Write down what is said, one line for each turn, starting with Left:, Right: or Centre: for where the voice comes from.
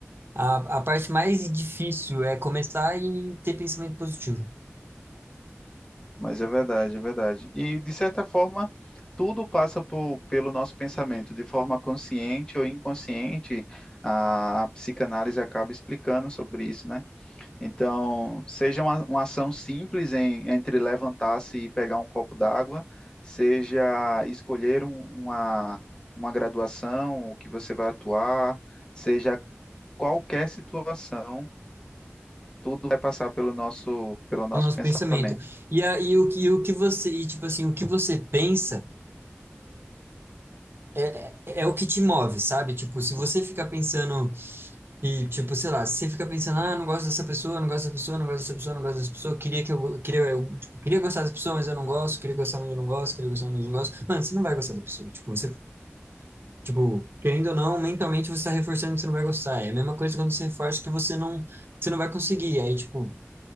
Right: A, a parte mais difícil é começar e ter pensamento positivo.
Left: Mas é verdade, é verdade. E, de certa forma, tudo passa por- pelo nosso pensamento, de forma consciente ou inconsciente, a psicanálise acaba explicando sobre isso, né? Então, seja uma, uma ação simples em- entre levantar-se e pegar um copo d'água, seja escolher um- uma, uma graduação, o que você vai atuar, seja qualquer situação, tudo vai passar pelo nosso, pelo nosso
Right: no nosso
Left: pensamento.
Right: pensamento. E aí o que o que você, e, tipo assim, o que você pensa é, é, é o que te move, sabe? Tipo, se você ficar pensando e tipo, sei lá, se você ficar pensando, ah, não gosto dessa pessoa, não gosto dessa pessoa, não gosto dessa pessoa, não gosto dessa pessoa, queria que eu go- queria eu, tipo, queria gostar dessa pessoa, mas eu não gosto, queria gostar, mas eu não gosto, queria gostar, mas eu não gosto. Mano, você não vai gostar da pessoa. Tipo, você Tipo, querendo ou não, mentalmente você está reforçando que você não vai gostar. É a mesma coisa quando você reforça que você não, que você não vai conseguir. Aí, tipo,